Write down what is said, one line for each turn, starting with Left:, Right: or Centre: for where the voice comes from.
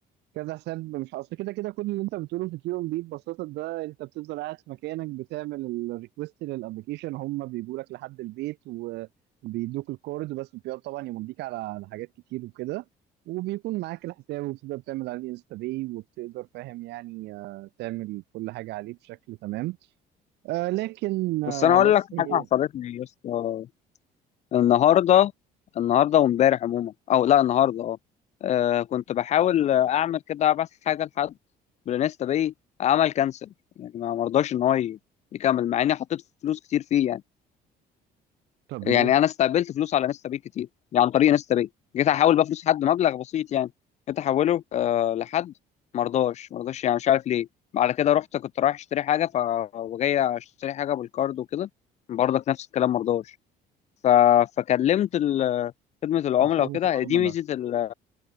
Right: كذا حساب مش اصل كده كده كل اللي انت بتقوله في كيون بي ببساطه ده انت بتفضل قاعد في مكانك بتعمل الريكوست للابلكيشن هم بيجوا لك لحد البيت وبيدوك الكورد بس بيقعد طبعا يمضيك على على حاجات كتير وكده وبيكون معاك الحساب وبتقدر تعمل عليه انستا باي وبتقدر فاهم يعني آه، تعمل كل حاجه عليه بشكل تمام آه لكن آه
Left: بس انا اقول
Right: بس
Left: لك
Right: هي
Left: حاجه حصلت لي يا اسطى النهارده النهارده وامبارح عموما او لا النهارده اه آه، كنت بحاول اعمل كده ابعت حاجه لحد بالانستا باي عمل كانسل يعني ما مرضاش ان هو ي- يكمل مع اني حطيت فلوس كتير فيه يعني
Right: طب
Left: يعني
Right: ليه؟
Left: انا استقبلت فلوس على انستا باي كتير يعني عن طريق انستا باي جيت احول بقى فلوس حد مبلغ بسيط يعني جيت احوله آه لحد مرضاش مرضاش يعني مش عارف ليه بعد كده رحت كنت رايح اشتري حاجه ف وجاي اشتري حاجه بالكارد وكده برضك نفس الكلام مرضاش ف... فكلمت ال... خدمه العملاء
Right: خدمه
Left: وكده
Right: العملاء
Left: دي ميزه ال...